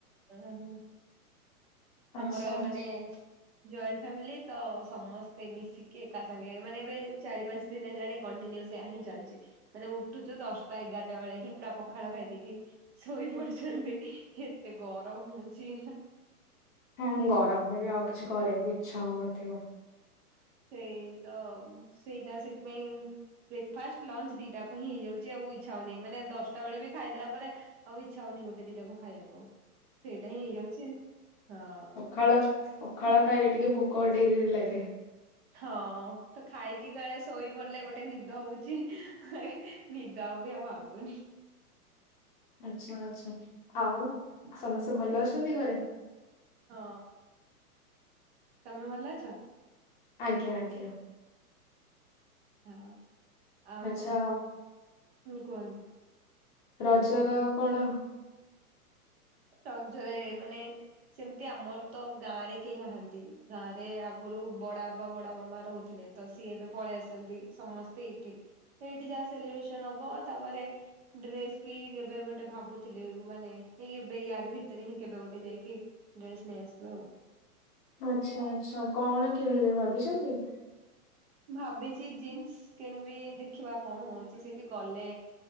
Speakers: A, on the right (about 45°); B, on the left (about 35°).
A: ଉଁ ହୁଁ
B: ଆଚ୍ଛା
A: ଆମର
B: ଆଚ୍ଛା।
A: ମାନେ ଜଏଣ୍ଟ ଫ୍ୟାମିଲି ତ ସମସ୍ତେ ମିଶିକି ଏକାସାଙ୍ଗେ ମାନେ ଏବେ ଚାରି ପାଞ୍ଚ ଦିନ ହେଲାଣି କଣ୍ଟିନିଉ ସେୟା ହିଁ ଚାଲିଛି ମାନେ ଉଠୁଚୁ ଦଶଟା ଏଗାରଟା ବେଳେ ହିଁ ପୁରା ପଖାଳ ଖାଇଦେଇକି ଶୋଇ ପଡୁଛନ୍ତି ଏତେ ଗରମ ହୋଉଚି।
B: ହଁ ଗରମରେ ବି ଆଉ କିଛି କରିବାକୁ ଇଚ୍ଛା ହଉନଥିବ।
A: ସେଇ ତ, ସେଇଟା ସେଥି ପାଇଁ ବ୍ରେକ୍ ଫାଷ୍ଟ ଲଞ୍ଚ ଦିଟାକୁ ହିଁ ହେଇଯାଉଛି ଆଉ ଇଚ୍ଛା ହୋଉନି ମାନେ ଦଶଟା ବେଳେ ବି ଖାଇଦେଲା ପରେ ଆଉ ଇଚ୍ଛା ହଉନି ଗୋଟେ ଦିଟାକୁ ଖାଇବାକୁ, ସେଇଟା ହିଁ ହେଇଯାଉଛି ହଁ।
B: ଖାଳ ପଖାଳ ଖାଇଲେ ଟିକେ ଭୋକ ଡେରିରେ ଲାଗେ।
A: ହଁ ତ ଖାଇକି କାଳେ ଶୋଇ ପଡିଲେ ଗୋଟେ ନିଦ ହୋଉଛି, ହେ ନିଦା ଆଉ ବି ଆଉ ଭାଙ୍ଗୁନି।
B: ଆଛା ଆଛା, ଆଉ ସମସ୍ତେ ଭଲ ଅଛନ୍ତି ଘରେ?
A: ହଁ ତମେ ଭଲ ଅଛ?
B: ଆଜ୍ଞା ଆଜ୍ଞା।
A: ହଁ ଆଉ,
B: ଆଚ୍ଛା
A: ହଁ କୁହନ୍ତୁ।
B: ରଜର କଣ
A: ରଜରେ ମାନେ ସେମିତି ଆମର ତ ଗାଁ ରେ କେହି ନାହାନ୍ତି, ଗାଁରେ ଆଗୁରୁ ବଡ ବାବା ବଡ ମାମା ରହୁଥିଲେ। ତ ସିଏ ଏବେ ପଳେଇ ଆସଛନ୍ତି, ସମସ୍ତେ ଏଇଠି ତ ଏଇଠି ଯାହା ସେଲିବ୍ରେସନ ହବ ତାପରେ ଡ୍ରେସ୍ ବି କେବେ ଗୋଟେ ଭାବୁଥିଲି ମାନେ ଏଇ ଏବେ ୟାର ଭିତରେ ହିଁ କେବେ ଗୋଟେ ଯାଇକି ଡ୍ରେସ ନେଇ ଆସିବା ଆଉ।
B: ଆଚ୍ଛା ଆଚ୍ଛା କଣ କିଣିବେ ଭାବିଛନ୍ତି?
A: ଭାବିଛି ଜିନ୍ସ କିଣିବି, ଦେଖିବା କଣ ହଉଛି ସେଠି ଗଲେ